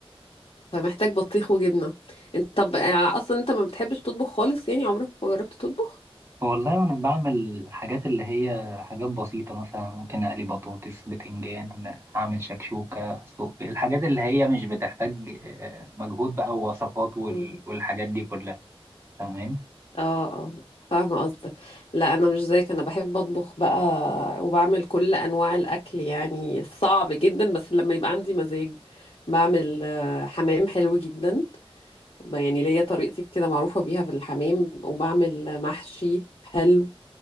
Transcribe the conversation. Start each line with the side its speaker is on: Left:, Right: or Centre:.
Left: فمحتاج بطيخ وجبنة انت طب آه، اصلا انت ما بتحبش تطبخ خالص يعني عمرك ما جربت تطبخ
Right: والله وانا بعمل حاجات اللي هي حاجات بسيطه مثلا ممكن اقلي بطاطس بتنجان اعمل شكشوكه اسلق بيض، الحاجات اللي هي مش بتحتاج آه، مجهود بقى ووصفات وال-
Left: مم.
Right: والحاجات دي كلها تمام
Left: اه اه فاهمة قصدك لا أنا مش زيك أنا بحب أطبخ بقى وبعمل كل أنواع الأكل يعني صعب جدا بس لما يبقى عندي مزاج بعمل آه، حمام حلو جدا ب- يعني ليا طريقتي كده معروفة بيها في الحمام وبعمل محشي حلو